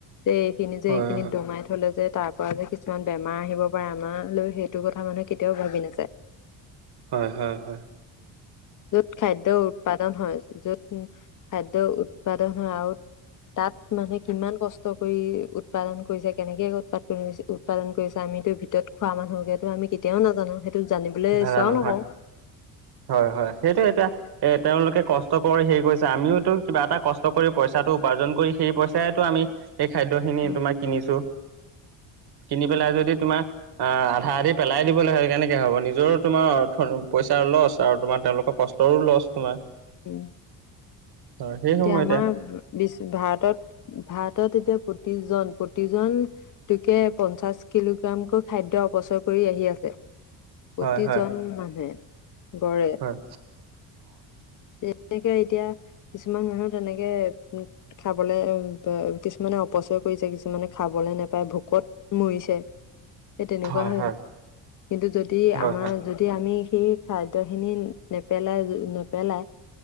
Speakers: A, on the left; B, on the right.
A: যে এইখিনি
B: হয়
A: যে এইখিনি
B: হয়
A: দমাই থলে যে তাৰ পৰা যে কিছুমান বেমাৰ আহিব পাৰে। আমাল লৈ সেইটো কথা মানুহে কেতিয়াও ভাবি নাযাই।
B: <unintelligible> হ্য় হ্য় হ্য়
A: য'ত খাদ্য উৎপাদন হয়। যত খাদ্যয় উৎপাদন হয় আৰু, তাত মানুহে কিমান কষ্ট কৰি উৎপাদন কৰিছে। কেনেকে উৎপাদন, উৎপাদন কৰিছে। আমিতো ভিতৰত খোৱা মানুহকেতো আমি কেতিয়াও নাজানো, সেইটো জানিবলৈ
B: নাজানো
A: ইচ্ছাও নকৰোঁ।
B: হয় হয় হয় সেইটো এতিয়া, এ তেওঁলোকে কষ্ট কৰ সেৰি কৰিৈছে আমিওতো কিবা এটা কষ্ট কৰি পইচাটো উপাৰ্জন কৰি সেই পইচাইটো আমি <unintelligible> এইেই খাদ্যখিনি
A: উম,
B: তোমাৰ কিনিছো। কিনি পেলাই যদি তোমাৰ আ, আধা আধি পেলাই দিবলৈ হয়। কেনেকৈ হ'ব নিজৰো তোমাৰ অৰ্থ পইচাৰ লছ। আৰু তোমাৰ তেওঁলোকৰ কষ্টৰো লছ তোমাৰ,
A: উম'
B: হয় সেই
A: এতিয়া
B: সময়তে
A: আমাৰ বিশ্ব ভাৰতত ভাৰতত এতিয়া প্ৰতিজন প্ৰতিজন <unintelligible> তোকে পঞ্চাশ কিলোগ্ৰামকৈ খাদ্য অপচয় কৰি আহি আছে। প্ৰতিজন
B: হয় হয়
A: মানুহে গড়ে।
B: হয়
A: তেনেকে এতিয়া কিছুমান মানুহ তেনেকে, উ খাবলে কিছুমানে অপচয় কৰিছে কিছুমানে খাবলে নাপাই। ভোকত মৰিছে সেই তেনেকুৱা
B: হয়
A: হৈছে।
B: হয়
A: কিন্তু যদি
B: হয়
A: আমাৰ যদি যদি আমি সেই খাদ্য খিনি নেপেলাই নেপেলাই